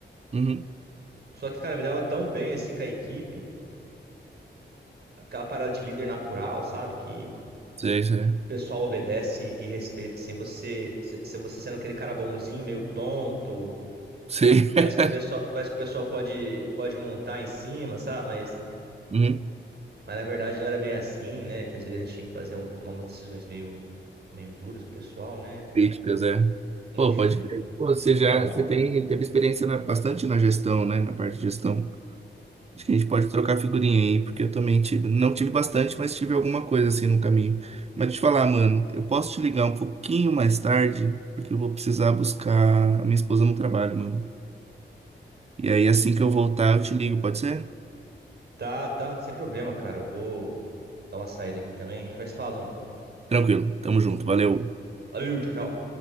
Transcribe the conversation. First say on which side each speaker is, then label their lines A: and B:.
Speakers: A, on the right; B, on the right.
A: Uhum.
B: Só que, cara, me dava tão bem, assim, com a equipe, aquela parada de líder natural, sabe? Que
A: Sei, sei.
B: o pessoal obedece e respeita, assim, você, se se você sendo aquele cara bonzinho, meio tonto,
A: Sei.
B: parece
A: <laughs>
B: que o pessoal, parece que o pessoal pode, pode montar em cima, sabe? Mas
A: Uhum.
B: Mas na verdade não era bem assim, né? Que às vezes a gente tinha que fazer um- tomar umas decisões meio, meio duras com o pessoal, né?
A: Críticas, é.
B: Enfim.
A: Pô, pode crer. Pô, você
B: Então,
A: já, você tem, teve experiência na- bastante na gestão, né? Na parte de gestão. Acho que a gente pode trocar figurinha aí, porque eu também tive, não tive bastante, mas tive alguma coisa assim no caminho. Mas deixa eu te falar, mano, eu posso te ligar um pouquinho mais tarde, porque eu vou precisar buscar a minha esposa no trabalho, mano. E aí, assim que eu voltar, eu te ligo, pode ser?
B: tá, tá, sem problema, cara. Eu vou dar uma saída aqui também. A gente vai se falando.
A: Tranquilo, tamo junto, valeu.
B: Valeu, tchau, tchau.